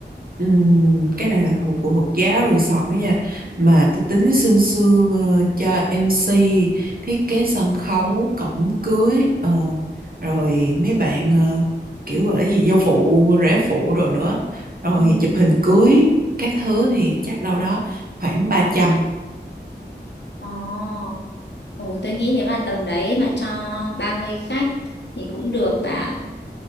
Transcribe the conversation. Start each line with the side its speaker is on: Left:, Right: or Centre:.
Right: Ừm, cái này là phụ, phụ thuộc giá resort đó nha. Mà tôi tính sương sương ờ, cho MC, thiết kế sân khấu, cổng cưới, ờ, rồi mấy bạn ờ, kiểu gọi là gì dâu phụ, rể phụ rồi nữa. Rồi
Left: Ừ.
Right: chụp hình cưới, các thứ thì chắc đâu đó khoảng 300.
Left: Ồ, ồ, tôi nghĩ nếu mà tầm đấy mà cho 30 khách thì cũng được bà.